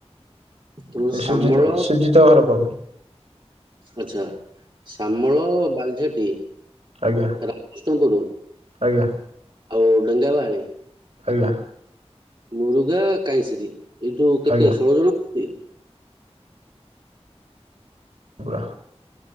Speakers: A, on the right; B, on the right.
A: ତମ
B: ଏ
A: ଶାମଳ
B: ସୁଜିତ ସୁଜିତ ଘର ପାଖ
A: ଆଛା ଶାମଳ ବାଲିଝାଟି
B: ଆଜ୍ଞା
A: ରାମକୃଷ୍ଣପୁର
B: ଆଜ୍ଞା
A: ଆଉ ଡେଙ୍ଗାବାହାଳି
B: ଆଲଲା
A: ମୁରୁଗା କାଇଁସିରୀ ଏଇଠୁ କେତେ
B: ଆଜ୍ଞା
A: ଷୋଳ ଜଣ। ନ୍ତି
B: ପା